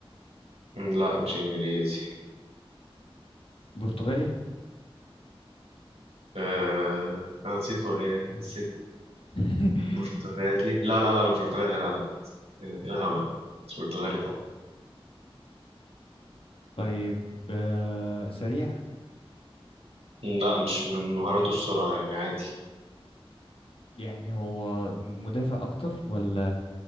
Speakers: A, on the right; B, on the left.
A: مم، لا مش انجليزي
B: برتغالي
A: آه... انا نسيت هو ايه نسيت
B: <laughs>
A: برتغالي لا لا لا لا مش برتغالي لا لا ايه ده ايه الغباء ده مش برتغالي طبعا
B: طيب آه سريع
A: مم، لا مش من مهاراته السرعه يعني عادي
B: يعني هو مدافع اكتر ولا